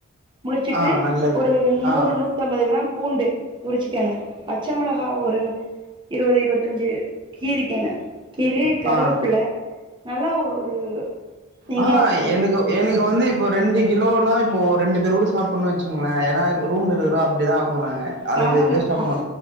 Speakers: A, on the right; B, on the right.
A: முழுச்சுட்டு
B: ஆ நல்லது
A: ஒரு நூறு
B: ஆ
A: நூத்தம்பது கிராம் பூண்டு உரிச்சுக்கங்க பச்ச மிளகா ஒரு இருவது இருவத்தஞ்சு கீறிக்கங்க கீறி கருகப்புள்ள
B: ஆ
A: நல்லா ஒரு நீங்க
B: ஆ
A: ஒரு
B: எனக்கு எனக்கு இங்க வந்து இப்போ ரெண்டு கிலோனா இப்போ ரெண்டு பேர் கூட சாப்ன்னு வச்கோங்களே ஏன்னா ரூம்ல இருக்கரோ அப்டிதா ஆக்குவோ நாங்க அது
A: ஆமா
B: வே
A: ஆமா
B: வேஸ்ட்டா
A: பச
B: போனு